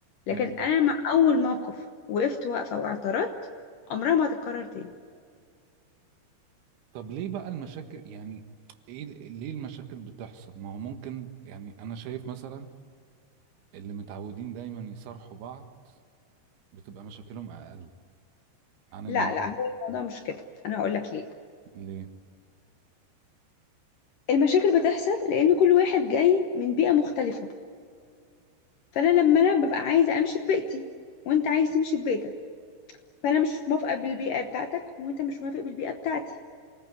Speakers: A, on the left; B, on the right.
A: لكن
B: امم
A: أنا مع أول موقف وقفت واقفة واعترضت عمرها ما هتتكرر تاني
B: طب ليه بقى المشاكل يعني ايه ليه المشاكل بتحصل ما هو ممكن يعني انا شايف مثلا اللي متعودين دايما يصارحوا بعض بتبقى مشاكلهم اقل عن اللي
A: لا لا هو الموضوع مش كده أنا هقول لك ليه
B: ليه
A: المشاكل بتحصل لأن كل واحد جاي من بيئة مختلفة فأنا لما أنا ببقى عايزة أمشي ببيئتي وأنت عايز تمشي ببيئتك فأنا مش موافقة بالبيئة بتاعتك وأنت مش موافق بالبيئة بتاعتي